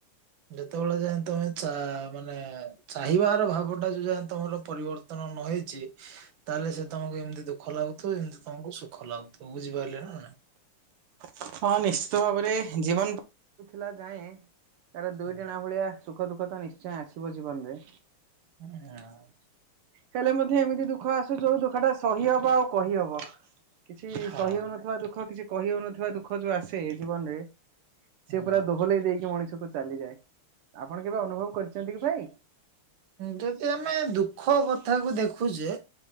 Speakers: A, on the right; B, on the right.
A: ଯେତେବେଳେ ଯାଏ ତମେ ଚା ମାନେ ଚାହିଁବାର ଭାବ ଟା ଯୋଉ ଯାଏ ତମର ପରିବର୍ତ୍ତନ ନ ହେଇଛି ତାହେଲେ ସେ ତମକୁ ଏମିତି ଦୁଖ ଲାଗୁ ତ ଏମିତି ତମକୁ ସୁଖ ଲାଗୁଥିବ ବୁଝିପାରିଲେ ନା।
B: ହଁ <inaudible> ହଁ ନିଶ୍ଚିତ ଭାବରେ ଜୀବନ ଥିଲା ଯାଏଁ ତାର ଦୁଇଟଣା
A: ହଁ
B: ଭଳିଆ ସୁଖ ଦୁଃଖ ତ ନିଶ୍ଚୟ ଆସିବ ଜୀବନ ରେ
A: ହଁ ହଁ <inaudible>
B: ହେଲେ ମତେ ଏମିତି ଦୁଃଖ ଆସୁ ଯୋଉ ଦୁଖ ଟା ସହି ହବ ଆଉ କହିହବ। କିଛି
A: ହଁ
B: ସହି ହଉନଥିବା ଦୁଃଖ କିଛି କହି ହଉନଥିବା ଦୁଃଖ ଯୋଉ ଆସେ ଜୀବନରେ ସେ
A: ହଁ
B: ପୁରା ଦୋହଲେଇ ଦେଇକି ମଣିଷ କୁ ଚାଲିଯାଏ। ଆପଣ କେବେ ଅନୁଭବ କରିଛନ୍ତି କି ଭାଇ?
A: ଯଦି ଆମେ ଦୁଃଖ କଥାକୁ ଦେଖୁଛେ